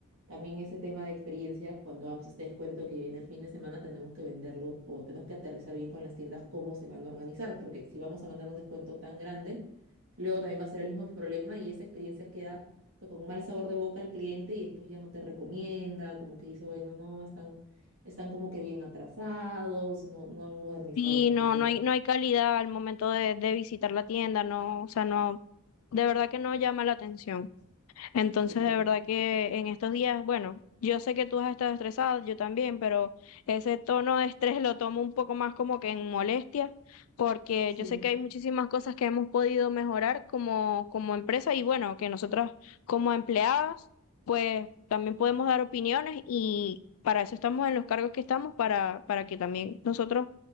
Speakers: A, on the right; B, on the left.
A: también ese tema de experiencia, cuando vamos a este descuento que viene el fin de semana, tenemos que venderlo o tenemos que aterrizar bien con las tiendas cómo se van a organizar, porque si vamos a mandar un descuento tan grande, luego también va a ser el mismo problema y esa experiencia queda co- con mal sabor de boca al cliente y después ya no te recomienda, como que dice, bueno, no, están, están como que bien atrasados, no, no han modernizado
B: Y
A: tampoco
B: no, no
A: nada.
B: hay, no hay calidad al momento de, de visitar la tienda, no, o sea, no, de verdad que no llama la atención. Entonces,
A: Exacto.
B: de verdad que en estos días, bueno, yo sé que tú has estado estresado, yo también, pero ese tono de estrés lo tomo un poco más como que en molestia, porque
A: Sí,
B: yo sé que hay muchísimas cosas que hemos podido mejorar como, como empresa y bueno, que nosotros como empleadas, pues también podemos dar opiniones y para eso estamos en los cargos que estamos, para, para que también nosotros